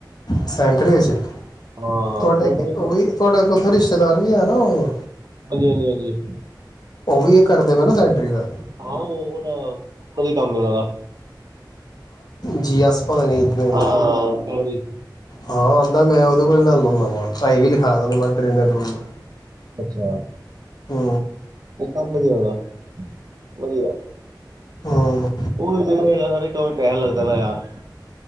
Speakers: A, on the left; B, on the right.
A: ਸੈਂਟਰੀ ਵਿੱਚ
B: ਹਾਂ
A: ਤੁਹਾਡੇ
B: ਸੈਨੇਟਰੀ
A: ਉਹ ਵੀ ਤੁਹਾਡੇ ਉੱਥੇ ਰਿਸ਼ਤੇਦਾਰ ਵੀ ਹੈ ਨਾ ਉਹ
B: ਹਾਂਜੀ-ਹਾਂਜੀ-ਹਾਂਜੀ,
A: ਉਹ ਵੀ ਕਰਦੇ ਪਏ ਨਾ ਸੈਂਟਰੀ ਦਾ
B: ਆਹ ਵਧੀਆ ਕੰਮ ਉਹਨਾਂ ਦਾ,
A: ਜੀ ਐੱਸ, ਪਤਾ ਨੀ ਕਿਥੇ ਹੈਗੇ,
B: ਹਾਂ ਸੋਰੀ
A: ਹਾ ਆਦਾ ਮੈ ਔਦੇ ਕੋਲੋ ਲਿਆਨਾ ਹੁੰਦਾ, ਭਾਈ ਵੀ ਲਿਖਾ <unintelligible>
B: ਅੱਛਾ-ਅੱਛਾ,
A: ਹੂੰ,
B: ਕੰਮ ਵਧੀਆ-ਵਧੀਆ,
A: ਹੂੰ
B: <unintelligible> ਪੈਸੇ ਲੱਗਦਾ ਨਾ ਯਾਰ